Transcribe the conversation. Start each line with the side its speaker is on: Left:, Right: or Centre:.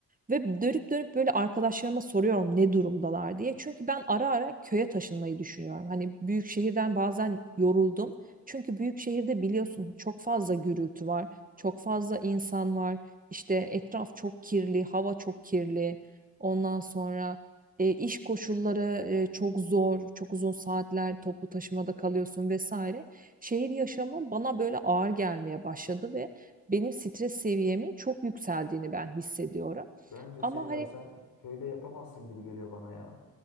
Right: Ve dönüp dönüp böyle arkadaşlarıma soruyorum ne durumdalar diye. Çünkü ben ara ara köye taşınmayı düşünüyorum. Hani büyük şehirden bazen yoruldum. Çünkü büyük şehirde biliyorsun çok fazla gürültü var, çok fazla insan var. İşte etraf çok kirli, hava çok kirli. Ondan sonra e, iş koşulları e, çok zor, çok uzun saatler toplu taşımada kalıyorsun vesaire. Şehir yaşamı bana böyle ağır gelmeye başladı ve benim stres seviyemin çok yükseldiğini ben hissediyorum.
Left: Bence
Right: Ama
Left: Sevda
Right: hani
Left: sen köyde yapamazsın gibi geliyor bana ya.